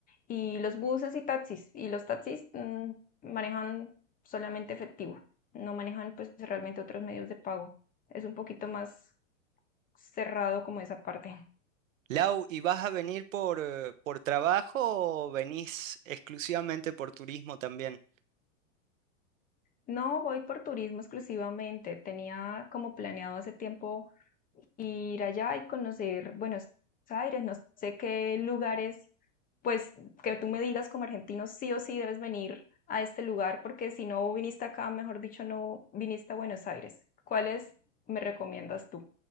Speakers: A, on the left (about 20°); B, on the right (about 75°).
A: y los buses y taxis. Y los taxis mm, manejan solamente efectivo, no manejan pues realmente otros medios de pago. Es un poquito más cerrado como esa parte.
B: Lau, ¿y vas a venir por, eh, por trabajo o venís exclusivamente por turismo también?
A: No, voy por turismo exclusivamente. Tenía como planeado hace tiempo ir allá y conocer Buenos Aires. No sé qué lugares, pues que tú me digas como argentino, sí o sí debes venir a este lugar, porque si no viniste acá, mejor dicho, no viniste a Buenos Aires. ¿Cuáles me recomiendas tú?